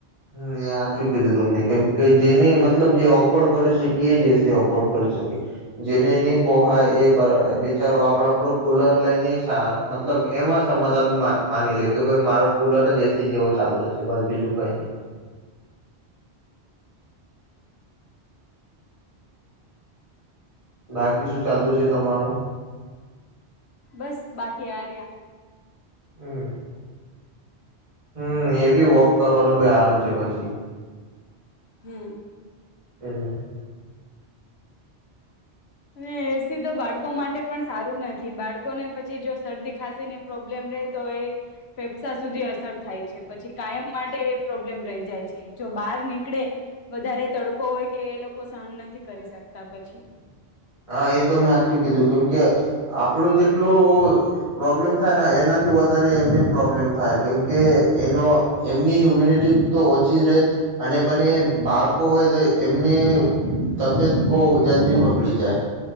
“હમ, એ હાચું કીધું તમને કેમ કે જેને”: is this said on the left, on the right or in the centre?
Right